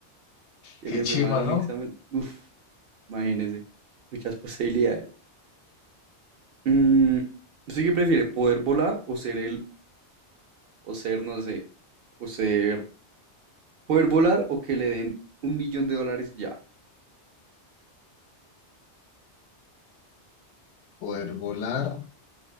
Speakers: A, on the right; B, on the left.
A: <laughs> que
B: Qué
A: le
B: chima,
A: fue mal un
B: ¿no?
A: examen. Uf, imagínese, muchas posibilidades. Mm, ¿usted qué prefiere? ¿Poder volar o ser el, o ser, no sé, o ser, poder volar o que le den un millón de dólares ya?
B: Poder volar